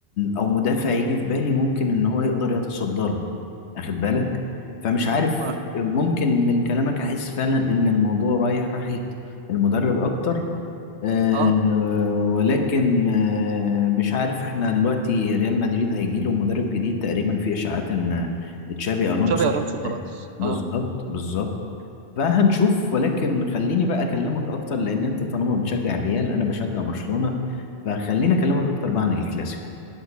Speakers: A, on the left; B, on the right.
A: او مدافع يجي في بالي ممكن ان هو يقدر يتصدى له واخد بالك فمش عارف
B: اه
A: ممكن من كلامك احس فعلا ان الموضوع رايح ناحية المدرب اكتر آه،
B: اه
A: ولكن آه، مش عارف احنا دلوقتي ريال مدريد هيجي له مدرب جديد تقريبا في اشاعات ان تشابي الونسو
B: تشابي الونسو خلاص
A: بالظبط
B: اه
A: بالظبط فهنشوف ولكن خليني بقى اكلمك اكتر لان انت طالما بتشجع الريال انا بشجع برشلونة فخليني اكلمك اكتر بقى عن الكلاسيكو